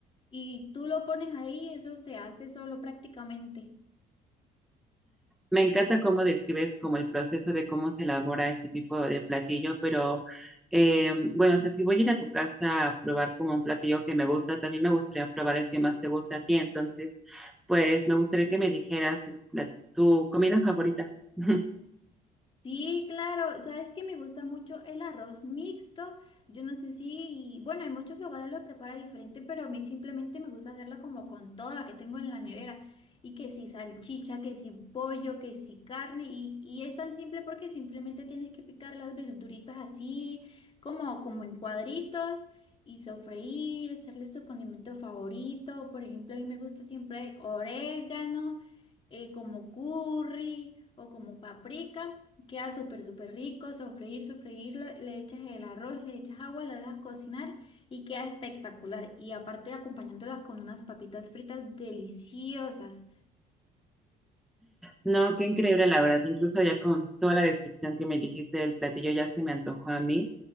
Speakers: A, on the left (about 30°); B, in the centre.
A: y tú lo pones ahí, eso se hace solo prácticamente.
B: Me encanta cómo describes como el proceso de cómo se elabora ese tipo de platillo, pero eh, bueno, o sea, si voy a ir a tu casa a probar como un platillo que me gusta, también me gustaría probar el que más te gusta a ti. Entonces, pues me gustaría que me dijeras la- tu comida favorita. <laughs>
A: Sí, claro. ¿Sabes qué me gusta mucho? El arroz mixto. Yo no sé si, bueno, en muchos lugares lo prepara diferente, pero a mí simplemente me gusta hacerlo como con todo lo que tengo en la nevera. Y que si salchicha, que si pollo, que si carne. Y, y es tan simple porque simplemente tienes que picar las verduritas así, como, como en cuadritos. Y sofreír, echarles tu condimento favorito. Por ejemplo, a mí me gusta siempre orégano eh, como curry o como paprika. Queda súper, súper rico, sofreír, sofreírlo, le echas el arroz, le echas agua, lo dejas cocinar y queda espectacular. Y aparte acompañándolas con unas papitas fritas deliciosas.
B: No, qué increíble, la verdad. Incluso ya con toda la descripción que me dijiste del platillo ya se me antojó a mí.